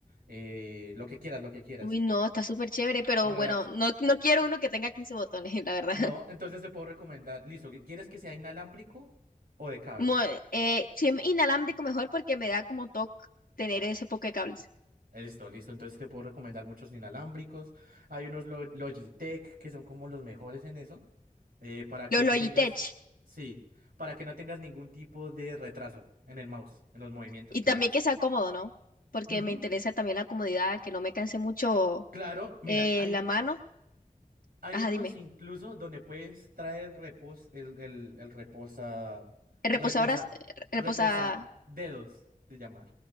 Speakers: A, on the right (about 85°); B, on the left (about 70°).
A: eh, lo que quieras, lo que quieras.
B: Uy, no, está súper chévere, pero
A: Reac-
B: bueno, no, no quiero uno que tenga 15 botones, <laughs> la verdad.
A: No, entonces te puedo recomendar, listo, ¿quieres que sea inalámbrico o de cable?
B: Mo- eh, si es inalámbrico mejor porque me da como toque tener ese poco de cables.
A: Listo, listo. Entonces sí te puedo recomendar muchos inalámbricos. Hay unos Lo- Logitech que son como los mejores en eso. eh, para
B: Los
A: que
B: Logitech.
A: no tengas, sí, para que no tengas ningún tipo de retraso en el mouse, en los movimientos
B: Y
A: que
B: también
A: hagas.
B: que sea cómodo, ¿no? Porque
A: Ujú,
B: me interesa también la comodidad, que no me canse mucho
A: Claro, mira,
B: eh,
A: hay,
B: la mano.
A: hay
B: Ajá,
A: unos
B: dime.
A: incluso donde puedes traer repos, el, el, el reposa,
B: Reposadoras,
A: reposa,
B: eh, reposa,
A: reposa dedos, se llama.